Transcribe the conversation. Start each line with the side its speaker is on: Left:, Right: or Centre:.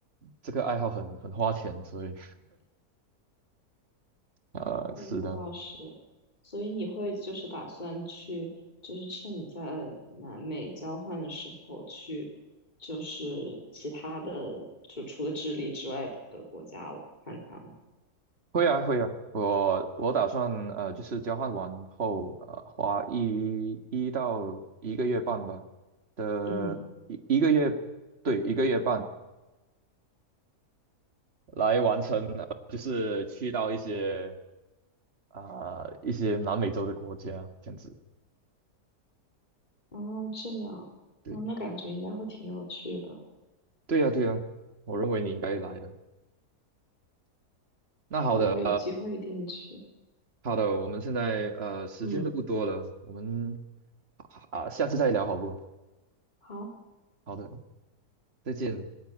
Right: 这个爱好很很花钱，所以呃，
Left: 对，
Right: 是的，
Left: 那倒是。所以你会就是打算去，就是趁你在南美交换的时候去，就是其他的，就除了智利之外的国家看看吗？
Right: 会啊会啊，我我打算呃，就是交换完后呃，花一一到一个月半吧的一一个月，
Left: 嗯，
Right: 对，一个月半来完成，呃就是去到一些啊、一些南美洲的国家这样子。
Left: 哦，这样，
Right: 对
Left: 哦，那感觉应该会挺有趣的。
Right: 对呀对呀，我认为你应该来的。那好的
Left: 哦，我有机会一定去。
Right: 好的，我们现在呃时间都不多了，
Left: 嗯，
Right: 我们啊下次再聊好不
Left: 好，
Right: 好好的，再见。